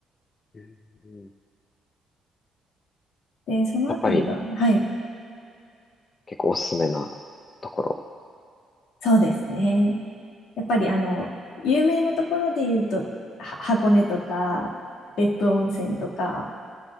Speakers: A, on the left (about 35°); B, on the left (about 80°).
A: うん
B: で、そのあたりが、
A: やっぱり
B: はい、
A: 結構おすすめなところ。
B: そうですね。やっぱりあの、有名なところで言うと、は箱根とか、別府温泉とか、